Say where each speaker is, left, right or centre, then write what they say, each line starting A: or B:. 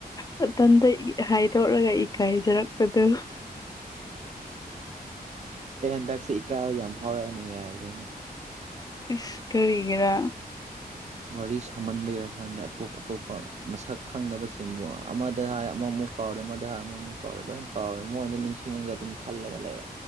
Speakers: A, on the left; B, on the right.
A: ꯃꯇꯝꯗ ꯍꯥꯏꯗꯣꯔꯔꯒ ꯏꯀꯥꯏꯖꯔꯛꯄꯗꯨ
B: ꯑꯦ ꯍꯟꯗꯛꯁꯦ ꯏꯀꯥꯏꯕ ꯌꯥꯝ ꯐꯥꯎꯔꯛꯑꯦꯅ ꯌꯥꯗ꯭ꯔꯦꯅꯦ
A: ꯏꯁ ꯀꯔꯤꯔꯤꯒꯔꯥ
B: ꯋꯥꯔꯤ ꯁꯥꯍꯟꯕꯦ ꯍꯥꯏ ꯈꯥꯟꯗ ꯑꯇꯣꯞ ꯑꯇꯣꯞꯄ ꯃꯁꯛ ꯈꯪꯗꯕꯁꯤꯡꯕꯨ ꯑꯃꯗ ꯍꯥꯏ ꯑꯃꯃꯨꯛ ꯀꯥꯎꯔꯦ ꯃꯗ ꯍꯥꯏꯔ ꯑꯃꯨ ꯑꯃꯨꯛ ꯀꯥꯎꯔꯦ ꯂꯣꯏꯅ ꯀꯥꯎꯔꯦ ꯃꯣꯏꯅ ꯅꯤꯡꯁꯤꯡꯉꯒ ꯑꯗꯨꯝ ꯈꯜꯂꯒ ꯂꯩꯔ